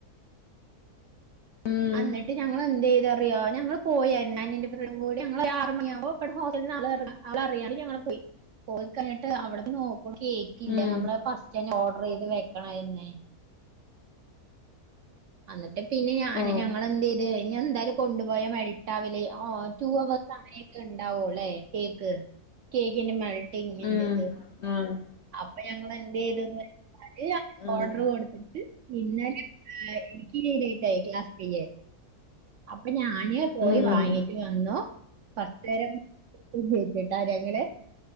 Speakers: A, on the left (about 70°); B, on the right (about 70°).
A: ഉം
B: അന്നിട്ട് ഞങ്ങളെന്ത് ചെയ്ത്റിയോ ഞങ്ങള് പോയായിരുന്നു ഞാനും ഇന്റെ ഫ്രണ്ടും കൂടിം ഞങ്ങള് ആറ് മണിയാവ്മ്പോ ഇവിടെ ഹോസ്റ്റേല്ന്ന് <unintelligible> അവളറിയാ <unintelligible> ഞങ്ങള് പോയി പോയി കഴിഞ്ഞിട്ട് അവിടന്ന് നോക്കുമ്പോ കേക്കില്ല
A: ഉം
B: നമ്മള് ഫസ് റ്റെന്നെ ഓർഡറെയ്ത് വെക്കണായിര്ന്നെ അന്നിട്ട് പിന്നെ ഞാൻ
A: ഓ
B: ഞങ്ങള് എന്തെയ്ത് ഇഞ്ഞ് എന്തായാലും കൊണ്ടുപോയ മെൽറ്റാവല് ആഹ് ടു ഹവേഴ്സ് അങ്ങനൊക്കെ ഇണ്ടാവു ലേ കേക്ക് കേക്കിന്റെ മൾട്ടിങ്ന്റെത്
A: ഉം ആഹ്
B: അപ്പൊ ഞങ്ങള് എന്തെയ്തൂന്ന് വെ അത്
A: ആഹ്
B: ഓർഡർ കൊട്ത്ത്ട്ട് ഇന്നലെ എനിക്ക് ലേറ്റ് ആയി ക്ലാസ് <unintelligible> അപ്പം ഞാന് പോയി
A: ഉം
B: വാങ്ങീട്ട് വന്നു ഫസ്റ്റ് <unintelligible> <unintelligible>